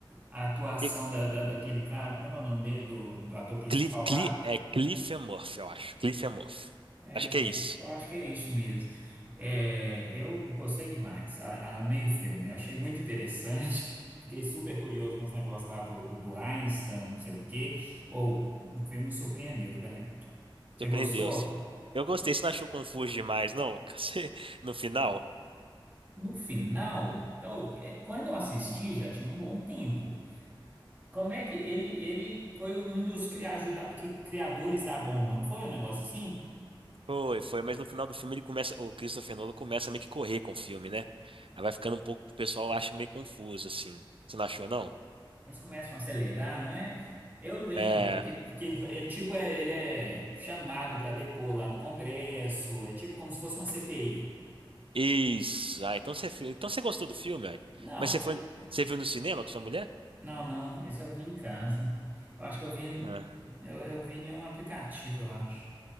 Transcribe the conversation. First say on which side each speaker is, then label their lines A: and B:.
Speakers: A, on the right (about 20°); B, on the right (about 80°).
A: A atuação
B: E-
A: da, da- daquele cara, como é que é o nome dele, do, do ator principal
B: Cliff, Cliff,
A: lá?
B: é Cliff and Murphy, eu acho. Cliff and Murphy.
A: É,
B: Acho que é isso.
A: eu acho que é isso mesmo. É, eu gostei demais, a- amei o filme, eu achei muito interessante. <laughs> Fiquei super curioso com os negócios lá do, do, do Einstein, não sei o quê. Ou, o filme me surpreendeu, velho. Você
B: Surpreendeu.
A: gostou?
B: Eu gostei, você não achou confuso demais, não? <laughs> Você- No final?
A: No final, então, é, quando eu assisti já tinha um bom tempo. Como é que ele ele foi um dos criaju- da- que- criadores da bomba, não foi um negócio assim?
B: Foi, foi, mas no final do filme ele começa, o Christopher Nolan começa a meio que correr com o filme, né? Aí vai ficando um pouco, o pessoal acha meio confuso, assim. Você não achou, não?
A: Eles começam a acelerar, não é? Eu lembro
B: É.
A: que, que ele tipo é, ele é chamado para depor lá no Congresso, é tipo como se fosse uma CPI.
B: Isso. Ah, então você, fi- então você gostou do filme, aí.
A: Não,
B: Mas você
A: eu
B: foi, você viu no cinema com sua mulher?
A: não, não, esse eu vi em casa. Eu acho que eu vi
B: Ah,
A: eu, eu vi em um aplicativo, eu acho.